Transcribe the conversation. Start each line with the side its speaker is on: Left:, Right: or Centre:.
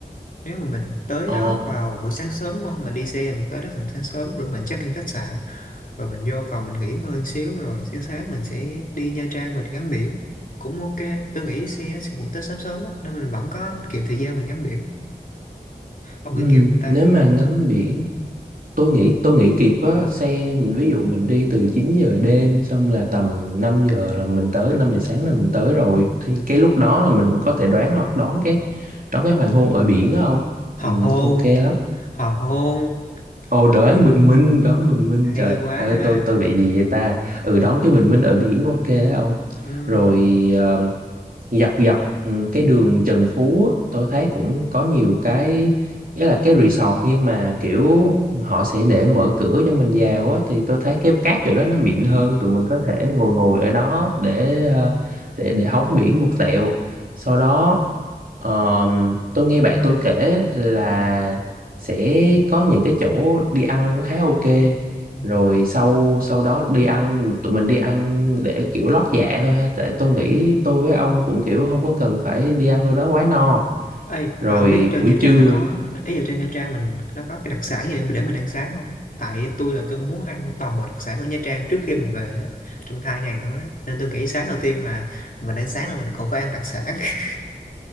Left: nếu mà mình tới
Right: ờ,
Left: đó vào buổi sáng sớm đúng không mình đi xe mình tới đó tầm sáng sớm rồi mình check in khách sạn rồi mình vô phòng mình nghỉ ngơi một xíu rồi sáng sáng mình sẽ đi Nha Trang mình ngắm biển cũng ok tôi nghĩ xe nó sẽ cũng tới sớm sớm á nên mình vẫn có kịp thời gian mình ngắm biển ông
Right: ừm,
Left: nghĩ kịp không ta
Right: nếu mà ngắm biển, tôi nghĩ tôi nghĩ kịp á, xe ví dụ mình đi từ 9 giờ đêm xong là tầm 5 giờ là mình tới, 5 giờ sáng là mình tới rồi thì cái lúc đó là mình có thể đoán đón cái đón cái hoàng hôn ở biển đó không?
Left: hoàng hôn
Right: ok lắm.
Left: hoàng hôn
Right: Ồ đoán bình minh, đoán bình minh
Left: hay
Right: trời
Left: quá
Right: ơi
Left: ha
Right: tôi tôi bị gì vậy ta? Ừ đoán cái bình minh ở biển ok á ông.
Left: ừ.
Right: Rồi ờ, dọc dọc ừ, cái đường Trần Phú á, tôi thấy cũng có nhiều cái nghĩa là cái resort nhưng mà kiểu họ sẽ để mở cửa cho mình vào á thì tôi thấy cái cát chỗ đó nó mịn hơn tụi mình có thể ngồi ngồi ở đó để ờ, để để hóng biển một tẹo sau đó ờm, tôi nghe bạn tôi kể là sẽ có những cái chỗ đi ăn khá ok
Left: Ừ.
Right: rồi sau sau đó đi ăn tụi mình đi ăn để kiểu lót dạ thôi ha tại tôi nghĩ
Left: Ừ.
Right: tôi với ông cũng kiểu không có cần phải đi ăn đâu đó quá no
Left: Ê,
Right: rồi
Left: mà ông biết trên
Right: buổi
Left: Nha Trang
Right: trưa
Left: nó có ý là trên Nha Trang mình nó có cái đặc sản gì để, để mình ăn sáng không? Tại tôi là tôi muốn ăn toàn bộ đặc sản ở Nha Trang trước khi mình về á, trong hai ngày thôi á. Nên tôi nghĩ sáng đầu tiên là mình ăn sáng là mình còn phải ăn đặc sản. <laughs>